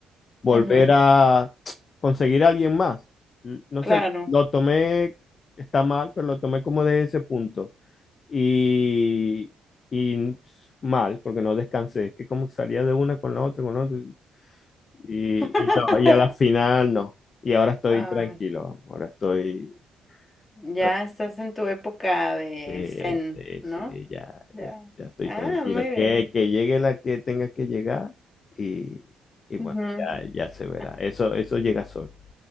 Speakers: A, on the left (about 45°); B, on the left (about 25°).
A: volver
B: Ujú,
A: a conseguir a alguien más. L- No
B: Claro.
A: sé, lo tomé, está mal, pero lo tomé como de ese punto. Y, y mal, porque no descansé. Es que como salía de una con la otra, con la otra. Y,
B: <laughs>
A: y no, y a la final no. Y ahora estoy
B: Ay,
A: tranquilo, vamos, ahora estoy...
B: Ya
A: tra-
B: estás en tu época de
A: Sí,
B: zen,
A: sí,
B: ¿no?
A: sí, ya,
B: Ya.
A: ya, ya estoy
B: Ah,
A: tranquilo.
B: muy bien.
A: Que, que llegue la que tenga que llegar y, y
B: Ujú.
A: bueno, ya, ya se verá.
B: Ah,
A: Eso, eso llega solo.